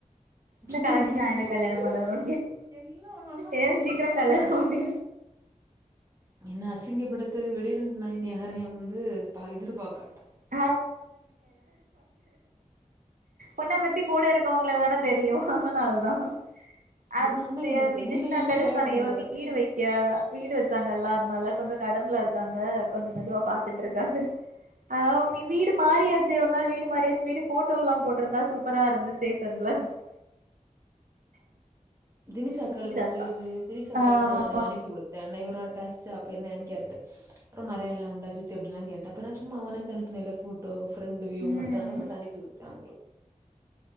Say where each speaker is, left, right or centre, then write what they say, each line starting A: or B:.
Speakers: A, on the right; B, on the right.
A: இந்த
B: சும்மா இரு இவன்
A: கல்யாணம்
B: ஒரு
A: பண்ணணு
B: எல்லாம்
A: ஏ சீக்கிர
B: எல்லாம்
A: கல்யாணம்
B: என்ன அசிங்க
A: பண்ணு
B: என்ன அசிங்கப்படுத்தகு வெளில நா யாரையு வந்து எதிர்பாக்கண்டா
A: <unintelligible> ஒண்ண பத்தி கூட இருக்கவங்களுக்கு தானே தெரியு அதனால தா <unintelligible>
B: என்ன அண்ணன்
A: வீடு
B: அந்த அக்கா நீல என்ன கல்யாணம் பண்ண போற
A: வித்தாங்கள அம்மா எல்லா அதுனால கொஞ்ச கடன்ல இருக்காங்க கொஞ்ச மெதுவா பாத்துட்டு இருக்காங்க ஆ வீடு மாரியாச்சு ஒரு நாள் வீடு மாரியாச்சு வீடு போட்டோ வீடு எல்லா போட்டிருந்தா சூப்பரா இருந்துச்சு <unintelligible>
B: தினிசா
A: தினிஷ்
B: கேளுங்க
A: அக்கா
B: சொல்லுச்சு தினிசா கேளுங்க
A: ஆமா
B: நா அனுப்பி குடுத்தே அண்னி ஒரு நாள் பேச்சு அப்ப என்னன்னு கேட்ட அப்றோ மொற எல்லா உண்டா சித்தி அப்டில்லா கேட்ட அப்ப சும்மா உனக்கு அனுப்புனேன்ல போ போட்டோ பிரெண்ட்வியூ
A: ம்
B: மட்டு அத மட்டு அனுப்பி <unintelligible>